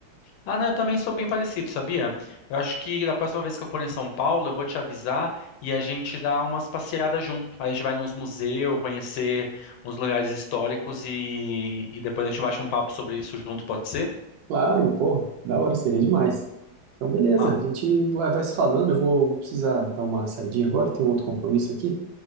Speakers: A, on the left; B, on the right.
A: Ah, não, eu também sou bem parecido, sabia? Eu acho que da próxima vez que eu for em São Paulo, eu vou te avisar e a gente dá umas passeadas junto. Aí a gente vai nos museus, conhecer uns lugares históricos e, e depois a gente bate um papo sobre isso junto, pode ser?
B: Claro, pô, da hora, seria demais. Então, beleza,
A: Ah,
B: a gente vai, vai se falando. Eu vou, vou precisar dar uma saidinha agora, tenho outro compromisso aqui.